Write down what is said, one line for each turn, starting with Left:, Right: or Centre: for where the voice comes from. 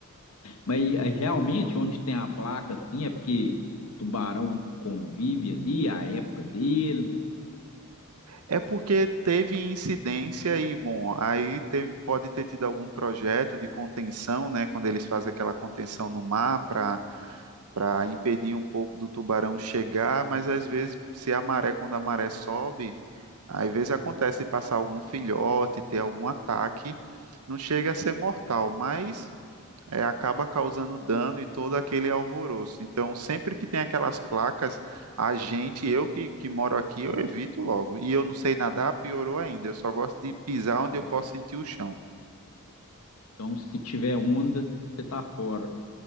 Left: Mas aí, realmente, onde tem a placa, assim, é porque o tubarão convive ali, a época deles.
Right: É porque teve incidência e, bom, aí teve, pode ter tido algum projeto de contenção, né? Quando eles fazem aquela contenção no mar para para impedir um pouco do tubarão chegar, mas às vezes, se a maré, quando a maré sobe, às vezes acontece de passar algum filhote, ter algum ataque, não chega a ser mortal, mas é, acaba causando dano e todo aquele alvoroço. Então, sempre que tem aquelas placas, a gente, eu que, que moro aqui, eu evito logo. E eu não sei nadar, piorou ainda. Eu só gosto de pisar onde
Left: Nossa.
Right: eu posso sentir o chão.
Left: Então, se tiver onda, você tá fora.